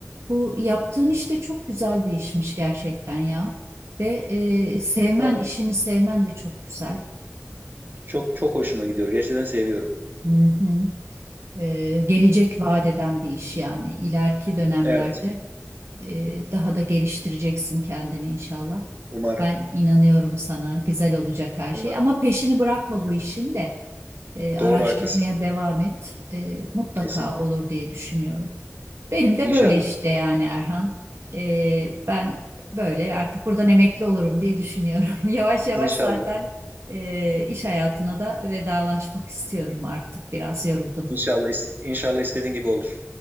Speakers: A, on the right; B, on the right.
A: Bu yaptığın iş de çok güzel bir işmiş gerçekten ya. Ve e, sevmen,
B: Valla
A: işini sevmen de çok güzel.
B: çok çok hoşuma gidiyor. Gerçekten seviyorum.
A: Hı hı. Ee, gelecek vaat eden bir iş yani. İleriki dönemlerde.
B: Evet.
A: e, daha da geliştireceksin kendini inşallah.
B: Umarım.
A: Ben inanıyorum sana. Güzel olacak her
B: Umarım.
A: şey. Ama peşini bırakma
B: İnşallah.
A: bu işin de. E, araştırmaya
B: Doğru haklısın.
A: devam et. E, mutlaka
B: Kesin.
A: olur diye düşünüyorum. Benim de
B: İnşallah.
A: böyle işte yani Erhan. E, ben böyle artık buradan emekli olurum diye düşünüyorum. <laughs> Yavaş yavaş
B: İnşallah.
A: zaten e, iş hayatına da vedalaşmak istiyorum artık. Biraz yoruldum.
B: İnşallah. is- İnşallah istediğin gibi olur.